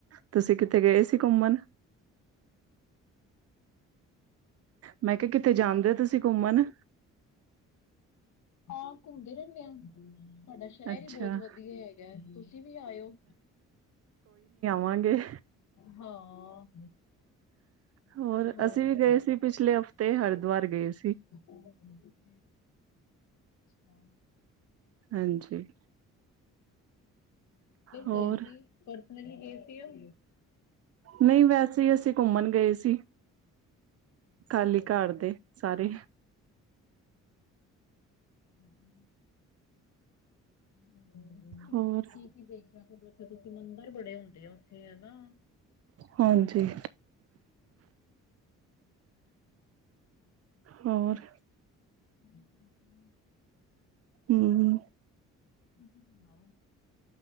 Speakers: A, on the right; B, on the left.
A: ਤੁਸੀਂ ਕਿੱਥੇ ਗਏ ਸੀ ਘੁੰਮਣ? ਮੈਂ ਕਿਹਾ, ਕਿੱਥੇ ਜਾਂਦੇ ਹੋ ਤੁਸੀਂ ਘੁੰਮਣ?
B: ਹਾਂ, ਘੁੰਮਦੇ ਰਹਿੰਦੇ ਆ। ਸਾਡਾ ਸ਼ਹਿਰ
A: ਅੱਛਾ,
B: ਹੀ ਬਹੁਤ ਵਧੀਆ ਹੈਗਾ, ਤੁਸੀਂ ਵੀ ਆਇਓ।
A: ਘੁੰਮਾਂਗੇ।
B: ਹਾਂ।
A: ਹੋਰ,
B: ਹੋਰ
A: ਅਸੀਂ ਵੀ ਗਏ ਸੀ ਪਿਛਲੇ ਹਫ਼ਤੇ, ਹਰਿਦੁਆਰ ਗਏ ਸੀ।
B: <inaudible> ਹਾਂ।
A: ਹਾਂਜੀ। ਹੋਰ
B: ਗਏ ਸੀ, ਪਰਸਨਲੀ ਗਏ ਸੀ, ਉਹ
A: ਨਹੀਂ, ਵੈਸੇ ਹੀ ਅਸੀਂ ਘੁੰਮਣ ਗਏ ਸੀ। ਖਾਲੀ
B: ਵਧੀਆ।
A: ਘਰ ਦੇ ਸਾਰੇ
B: ਹਾਂਜੀ। ਹੂੰ,
A: ਹੋਰ
B: ਕੀ -ਕੀ ਦੇਖਿਆ ਫਿਰ ਉਥੇ ਤੁਸੀਂ? ਮੰਦਿਰ ਬੜੇ ਹੁੰਦੇ ਆ ਉੱਥੇ, ਹਨਾ।
A: ਹਾਂਜੀ। ਹੋਰ।
B: ਬਸ ਵਧੀਆ।
A: ਹਮ।
B: <unintelligible> <inaudible>